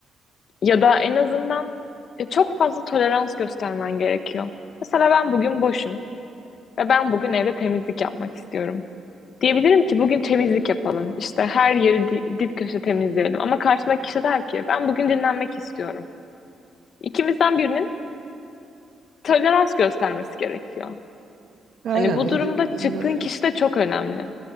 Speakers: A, on the left (about 55°); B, on the right (about 65°).
A: Ya da en azından e, çok fazla tolerans göstermen gerekiyor. Mesela ben bugün boşum ve ben bugün evde temizlik yapmak istiyorum. Diyebilirim ki bugün temizlik yapalım. İşte her yeri di- dip köşe temizleyelim. Ama karşımdaki kişi der ki ben bugün dinlenmek istiyorum. İkimizden birinin tolerans göstermesi gerekiyor.
B: Aynen
A: Hani bu
B: ya
A: durumda
B: da,
A: çıktığın
B: ya da
A: kişi de çok önemli.